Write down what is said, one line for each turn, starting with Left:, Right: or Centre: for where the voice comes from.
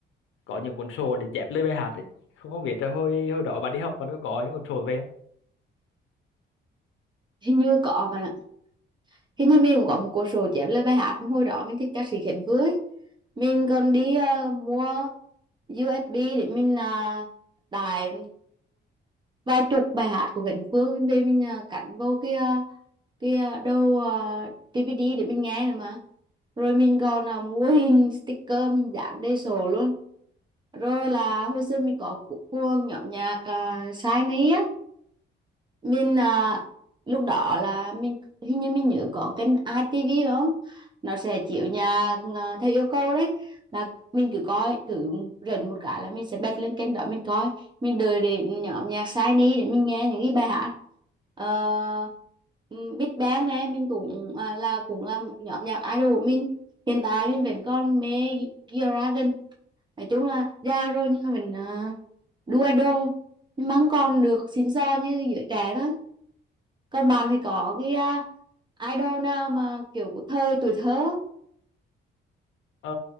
Left: có những cuốn sổ để chép lời bài hát ấy không không biết là hồi hồi đó bạn đi học còn có có những cuốn sổ về không
Right: hình như có mà hình như mình cũng có một cuốn sổ chép lời bài hát mà hồi đó mình thích ca sĩ Khánh Vưới mình còn đi ờ, mua USB để mình uh, tải một vài chục bài hát của Cánh Phương mình về mình à, cắn vô cái à, cái à, đầu à, DVD để mình nghe nữa mà rồi mình còn là mua hình sticker mình dán đầy sổ luôn rồi là hồi xưa mình có cu- cuồng nhóm nhạc uh, Shiny á mình à, lúc đó là mình hình như mình nhớ có kênh ITV phải không nó sẽ chiếu nhà à, theo yêu cầu đấy là mình cứ coi cứ rảnh một cái là mình sẽ bật lên kênh đó mình coi mình đợi đến nhóm nhạc Shiny để mình nghe những cái bài hát uh, Big Bang nè mình cũng à, là cũng là một nhóm nhạc idol của mình hiện tại mình vẫn còn mê G-Dragon nói chung là già rồi nhưng mà mình à, đu idol nhưng mà không còn được xịn sò như giới trẻ đó còn bạn thì có cái à, idol nào mà kiểu của thời tuổi thơ
Left: ờ,